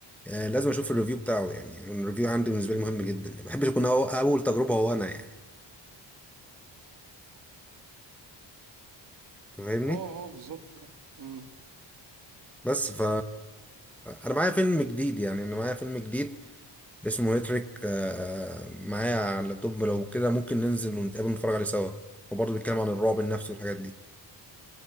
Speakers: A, in the centre; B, on the right.
A: آه، لازم اشوف الريفيو بتاعه يعني الريفيو عندي بالنسبه لي مهم جدا ما بحبش اكون أو- اول تجربه هو انا يعني أنت فاهمني
B: اه اه بالظبط مم.
A: بس ف انا معايا فيلم جديد يعني انا معايا فيلم جديد اسمه هيتريك آه، معايا على اللابتوب لو كده ممكن ننزل ونتقابل نتفرج عليه سوا وبرضه بيتكلم عن الرعب النفسي والحاجات دي